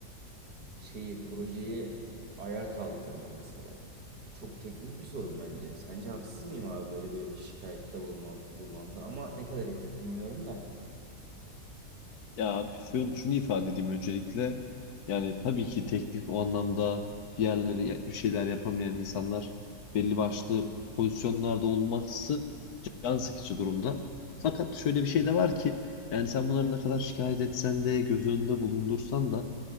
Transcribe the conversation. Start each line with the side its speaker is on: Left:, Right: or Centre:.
Right: şeyi projeyi ayağa kaldıramıyor mesela. Bu çok teknik bir sorun bence. Sence haksız mıyım abi böyle bir şikayette bulunmam, bulunmamda ama ne kadar etik bilmiyorum da.
Left: Ya abi şunu, şunu ifade edeyim öncelikle. Yani tabii ki teknik o anlamda bir yerleri ya- bir şeyler yapamayan insanlar belli başlı pozisyonlarda olması can sıkıcı durumda. Fakat şöyle bir şey de var ki yani sen bunları ne kadar şikayet etsen de göz önünde bulundursan da